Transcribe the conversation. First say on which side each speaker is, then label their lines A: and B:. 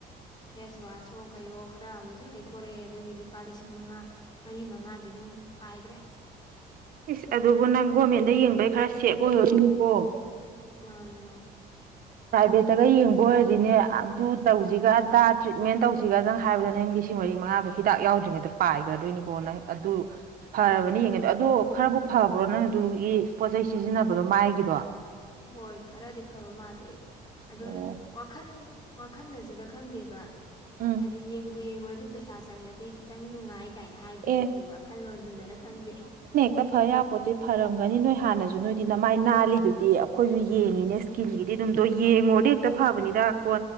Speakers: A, on the left; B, on the right.
A: ꯐꯦꯁ ꯋꯥꯁꯋꯣ ꯀꯩꯋꯣ ꯈꯔ ꯑꯃꯁꯨ ꯂꯩꯊꯣꯔꯛꯑꯦ ꯑꯗꯨꯒꯤ ꯂꯨꯄꯥ ꯂꯤꯁꯤꯡ ꯃꯉꯥ ꯃꯔꯤ ꯃꯉꯥꯗꯤ ꯑꯗꯨꯝ ꯄꯥꯏꯒ꯭ꯔꯦ
B: ꯏꯁ ꯑꯗꯨꯕꯨ ꯅꯪ ꯒꯣꯔꯃꯦꯟꯗ ꯌꯦꯡꯕꯩ ꯈꯔ ꯁꯦꯞ ꯑꯣꯏꯍꯧꯔꯤꯅꯤꯀꯣ
A: ꯃꯥꯅꯦ ꯃꯥ
B: ꯄ꯭ꯔꯥꯏꯚꯦꯠꯇꯒ ꯌꯦꯡꯕ ꯑꯣꯏꯔꯗꯤꯅꯦ ꯑꯗꯨ ꯇꯧꯁꯤꯒ ꯑꯗꯥ ꯇ꯭ꯔꯤꯠꯃꯦꯟ ꯇꯧꯁꯤꯒꯗꯪ ꯍꯥꯏꯕꯗ ꯅꯪ ꯂꯤꯁꯤꯡ ꯃꯔꯤ ꯃꯉꯥꯗꯣ ꯍꯤꯗꯥꯛ ꯌꯥꯎꯗ꯭ꯔꯤꯉꯩꯗ ꯄꯥꯏꯈ꯭ꯔꯗꯣꯏꯅꯤꯀꯣ ꯅꯪ ꯑꯗꯨ ꯐꯔꯕꯅꯦ ꯌꯦꯡꯉꯩꯗꯣ ꯑꯗꯣ ꯈꯔꯕꯨ ꯐꯕ꯭ꯔꯣ ꯅꯪ ꯑꯗꯨꯒꯤ ꯄꯣꯠꯆꯩ ꯁꯤꯖꯤꯟꯅꯕꯗꯣ ꯃꯥꯏꯒꯤꯗꯣ
A: ꯍꯣꯏ ꯈꯔꯗꯤ ꯐꯕ ꯃꯥꯜꯂꯦ
B: ꯑꯣ
A: ꯑꯗꯨꯝ ꯋꯥꯈꯜ ꯋꯥꯈꯜꯅꯖꯨꯔ ꯈꯪꯗꯦꯕ
B: ꯎꯝ
A: ꯍꯥꯏꯗꯤ ꯌꯦꯡꯕꯨ ꯌꯦꯡꯉꯨꯔꯗꯤ ꯄꯩꯁꯥ ꯆꯪꯉꯗꯤ ꯈꯤꯇꯪ ꯅꯨꯡꯉꯥꯏ ꯀꯥꯏꯅ ꯍꯥꯏꯕꯗꯨꯒꯤ
B: ꯑꯦ
A: ꯋꯥꯈꯜꯂꯣꯟꯗꯨꯅꯔ ꯈꯪꯗꯦ
B: ꯇ ꯐ ꯌꯥꯄꯣꯠꯇꯤ ꯐꯔꯝꯒꯅꯤ ꯅꯣꯏ ꯍꯥꯟꯅꯁꯨ ꯅꯣꯏꯗꯤ ꯅꯃꯥꯏ ꯅꯥꯜꯂꯤꯗꯨꯗꯤ ꯑꯩꯈꯣꯏꯁꯨ ꯌꯦꯡꯉꯤꯅꯦ ꯏꯁ ꯀꯤꯟꯒꯤꯗꯤ ꯑꯗꯨꯝꯗꯣ ꯌꯦꯡꯉꯨꯔꯗꯤ ꯍꯦꯛꯇ ꯐꯕꯅꯤꯗ ꯀꯣ